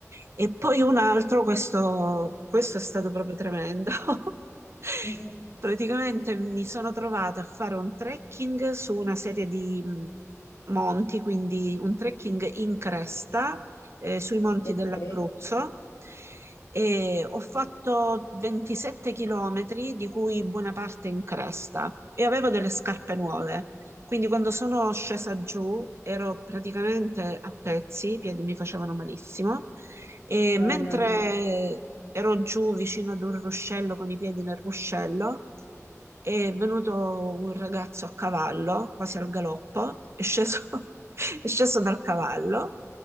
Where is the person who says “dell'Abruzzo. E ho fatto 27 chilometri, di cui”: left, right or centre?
Right